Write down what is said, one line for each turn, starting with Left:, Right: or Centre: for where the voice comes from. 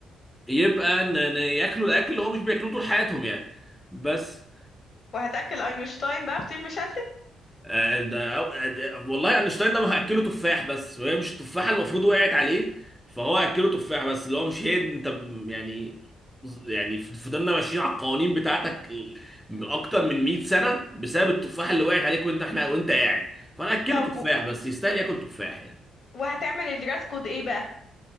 Centre: يبقى ان إن ياكلوا الاكل اللي هو مش بياكلوه طول حياتهم يعني بس
Left: وهتاكل اينشتاين بقى فطير مشلتت
Centre: آه، ده ده- والله اينشتاين ده هاكله تفاح بس وهي مش التفاحه المفروض وقعت عليه فهو هاكله تفاح بس اللي هو مش هي انت ب- يعني يعني فضلنا ماشيين على القوانين بتاعتك من اكتر من 100 سنه بسبب التفاحه اللي وقعت عليك وانت احنا وانت قاعد فانا هاكله
Left: طب
Centre: تفاح
Left: و-
Centre: بس يستاهل ياكل تفاح يعني
Left: وهتعمل الدراس كود ايه بقى